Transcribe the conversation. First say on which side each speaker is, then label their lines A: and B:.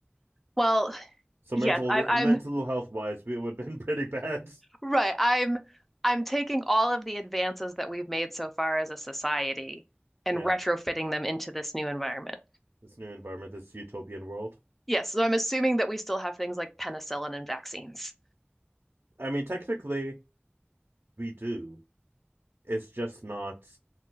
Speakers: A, in the centre; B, on the right (about 75°).
A: Well,
B: So
A: yes,
B: mental
A: I'm I'm
B: mental health wise, we would have been <laughs> pretty bad.
A: right. I'm I'm taking all of the advances that we've made so far as a society and
B: Yeah,
A: retrofitting them into this new environment.
B: this new environment, this utopian world.
A: Yes, so I'm assuming that we still have things like penicillin and vaccines.
B: I mean, technically, we do. It's just not